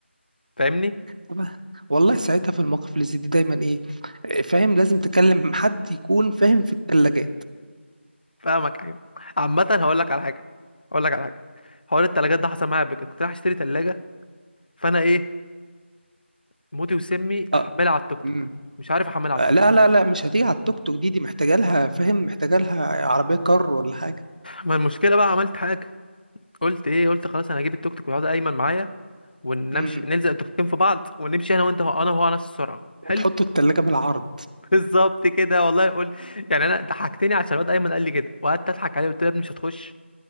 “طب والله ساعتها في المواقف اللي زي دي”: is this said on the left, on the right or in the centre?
Right